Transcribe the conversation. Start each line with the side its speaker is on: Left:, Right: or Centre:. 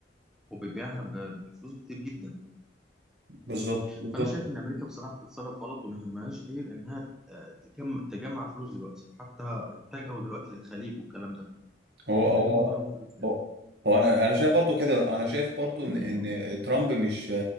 Centre: وبيبيعها ب- بفلوس كتير جدا
Right: بالظبط بالظبط
Centre: فأنا شايف إن أمريكا بصراحة بتتصرف غلط وما يهمهاش غير إنها آه، تجمع تجمع فلوس دلوقتي حتى اتجهوا دلوقتي للخليج والكلام ده
Right: هو
Centre: هم
Right: هو
Centre: يلموا منهم فلوس يعني
Right: هو هو انا انا شايف برضو كده انا شايف برضو
Centre: <laughs>
Right: ان ان ترامب مش